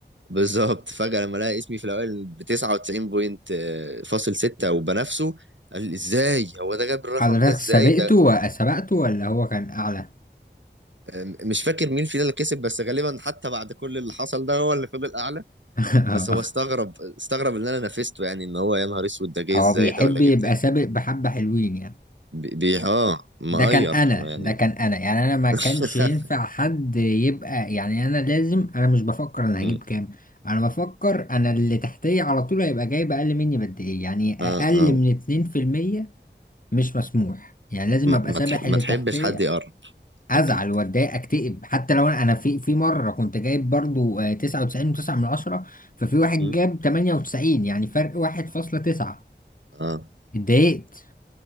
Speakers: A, on the right; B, on the left.
A: بالظبط فجأة لما لقى اسمي في الأوائل ب 99 بوينت آه، فاصل ستة وبنافسه قال لي ازاي هو ده جاب الرقم
B: حضرتك
A: ده ازاي
B: سبقته
A: ده
B: سبقته ولا هو كان أعلى؟
A: آه، مش فاكر مين فينا اللي كسب بس غالبا حتى بعد كل اللي حصل ده هو اللي فضل أعلى
B: <laughs>
A: بس هو استغرب استغرب إن أنا نافسته يعني إن هو يا نهار أسود ده جه
B: هو
A: ازاي
B: بيحب
A: ده ولا جه
B: يبقى
A: منين
B: سابق بحبة حلوين يعني
A: بي بي- اه مقير
B: ده كان أنا
A: يعني
B: ده كان أنا يعني أنا ما
A: <laughs>
B: كانش ينفع حد يبقى يعني أنا لازم أنا مش بفكر أنا هجيب
A: م،
B: كام أنا بفكر أنا اللي تحتية على طول هيبقى جايب أقل مني بقد إيه يعني
A: اه
B: أقل
A: اه
B: من 2% مش مسموح يعني لازم
A: ما
B: أبقى
A: ما
B: سابح
A: تح- ما
B: اللي
A: تحبش
B: تحتية
A: حد يقرب
B: ازعل
A: أكيد
B: واتضايق اكتئب حتى لو انا أنا في في مره كنت جايب برضو آه، 99 و9 من عشرة ففي واحد
A: م،
B: جاب 98 يعني فرق 1.9
A: اه
B: اتضايقت